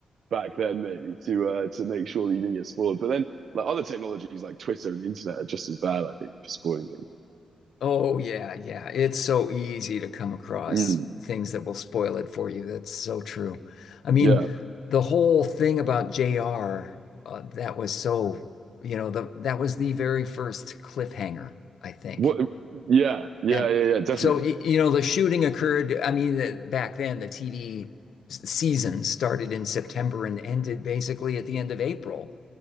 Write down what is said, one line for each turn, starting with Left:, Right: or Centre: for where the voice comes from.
Right: back then maybe to uh, to make sure that you didn't get spoiled. But then like other technologies like Twitter and the internet are just as bad, I think, for spoiling things.
Left: Oh yeah, yeah. It's so easy to come across
Right: Mm,
Left: things that will spoil it for you. That's so true. I mean,
Right: yeah.
Left: the whole thing about JR, uh, that was so, you know, the that was the very first cliffhanger, I think.
Right: What? Yeah, yeah,
Left: And
Right: yeah, yeah. Definitely.
Left: so, y- you know, the shooting occurred, I mean, the- back then the TV season started in September and ended basically at the end of April.